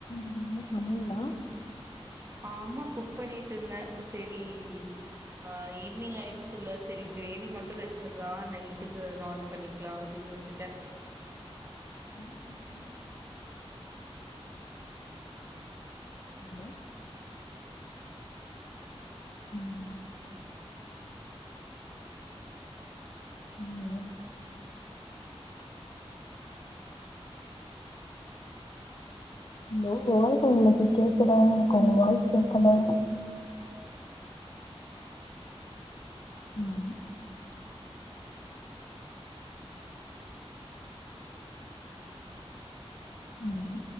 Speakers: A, on the left; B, on the right.
A: <inaudible> சமையலா
B: ஆமா குக் பண்ணீட்ருந்த. செரி ஆ ஈவி்னிங் ஆயிருச்சுல்ல செரி கிரேவி மட்டு வெச்சிர்லா நைட்டுக்கு நாண் பண்ணிக் கலா அப்டின்னு விட்டுட்ட
A: <inaudible> ஹலோ ம் <inaudible> ஹலோ வாய்ஸ் உங்களுக்கு கேக்குதா எனக்கு உங்க வாய்ஸ் கேக்கல <inaudible> ஹலோ